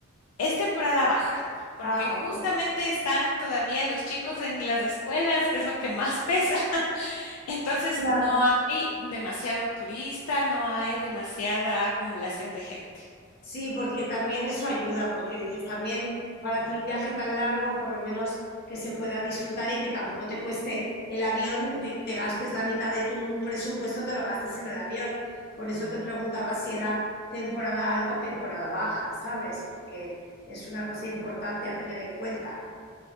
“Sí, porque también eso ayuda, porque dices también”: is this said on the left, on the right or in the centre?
Left